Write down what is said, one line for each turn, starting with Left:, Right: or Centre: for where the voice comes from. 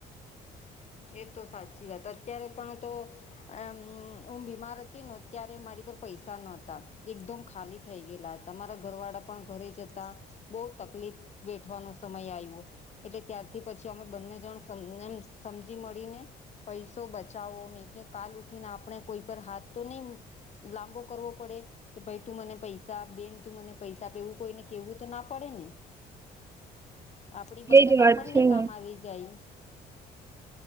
Left: એ તો સાચી વાત અત્યારે પણ તો અ હું બીમાર હતી ને ત્યારે મારી પર પૈસા નોતા એકદમ ખાલી થઈ ગયેલા તમારા ઘર વાળા પણ ઘરે જતા બહ તકલીફ વેઠવાનો સમય આવ્યો ત્યારથી પછી અમે બંને સમજી મળીને પૈસો બચાવો મેં કે કાલ ઉઠીને આપણે કોઈ પર હાથ તો નહી લાંબો કરવો પડે કે ભાઈ તું મને પૈસા બેન તું મને પૈસા આપ એવું કોઈને કેવું તો ના પડે ને આપણી બચત
Right: એજ
Left: આપણને
Right: વાત છે
Left: કામ
Right: ને
Left: આવી જાય